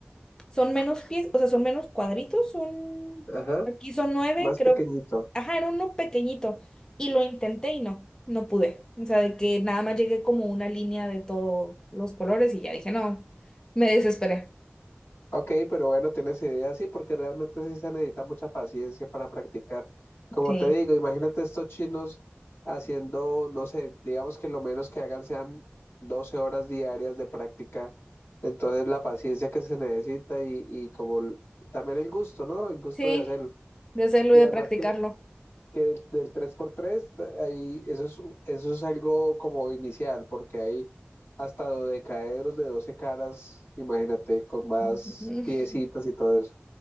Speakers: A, on the left (about 20°); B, on the left (about 70°).
A: son menos pies, o sea, son menos cuadritos, son,
B: Ajá,
A: aquí son nueve
B: más
A: y creo,
B: pequeñito.
A: ajá, era uno pequeñito y lo intenté y no, no pude. O sea, de que nada más llegué como una línea de todos los colores y ya dije, no, me desesperé.
B: Ok, pero bueno, tienes idea, sí, porque realmente sí se necesita mucha paciencia para practicar. Como
A: Sí,
B: te digo, imagínate estos chinos haciendo, no sé, digamos que lo menos que hagan sean 12 horas diarias de práctica. Entonces la paciencia que se necesita y, y como l- también el gusto, ¿no? El gusto
A: sí,
B: de hacerlo.
A: de hacerlo
B: Y
A: y de
B: además
A: practicarlo.
B: que que del, del 3x3, ahí, eso es, eso es algo como inicial, porque hay hasta dodecaedros de 12 caras, imagínate, con más
A: Ujú.
B: piecitas y todo eso.